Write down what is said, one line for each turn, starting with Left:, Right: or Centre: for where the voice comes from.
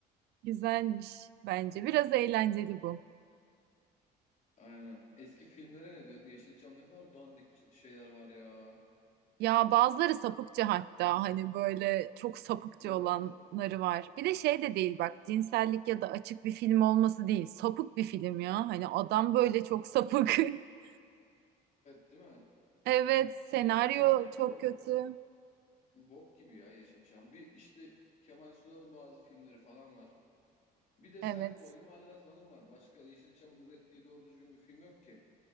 Right: Güzelmiş bence. Biraz eğlenceli bu.
Left: Aynen. Eski filmlere ne diyorsun? Yeşilçam ne kadar dandik şeyler var ya.
Right: Ya bazıları sapıkça hatta hani böyle çok sapıkça
Left: Evet.
Right: olanları var. Bir de şey de değil bak cinsellik ya da açık bir film olması değil. Sapık bir film ya. Hani adam böyle çok sapık. <laughs>
Left: Evet değil mi?
Right: Evet, senaryo
Left: Yeşilçam
Right: çok
Left: bok
Right: kötü.
Left: bok gibi ya Yeşilçam. Bir işte Kemal Sunal'ın bazı filmleri falan var. Bir de
Right: Evet,
Left: Selvi Boylum, Ali Razmalım var. Başka Yeşilçam'ın ürettiği doğru düzgün bir film yok ki.